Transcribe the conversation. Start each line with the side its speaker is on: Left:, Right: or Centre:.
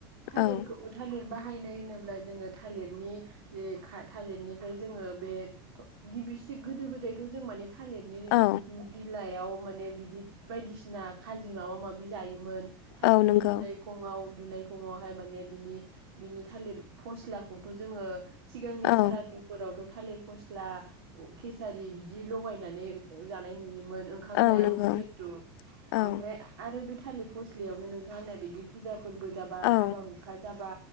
Right: थालिरखौ
Left: औ
Right: थालिर बाहायनाय होनोब्ला जोङो था थालिरनि ओ खा-थालिरनिफ्राय जोङो बे गिबिसि गोदो गोदायथ' जों माने थालिरनि
Left: औ
Right: बिलाइयाव माने बिदि बायदिसिना खाजि माबा माबि जायोमोन। थालिरनि
Left: औ नंगौ
Right: बिनायखंआव दुनायखौङावहाय माने बिनि बिनि थालिर फस्ला खौथ' जोङो सिगांनि
Left: औ
Right: सारादुफोरावथ' थालिर फस्ला खेसारि बिदि लगायनानै जानाय नु नुयोमोन ओंखाम
Left: औ
Right: जायामोन
Left: नंगौ
Right: जिहेतु
Left: औ
Right: ओमफ्राय आरो बे थालित फसलियावनो नोंथाङा होननायबायदि फुजा फोरबो जाबा
Left: औ
Right: हाबा हुखा जाबा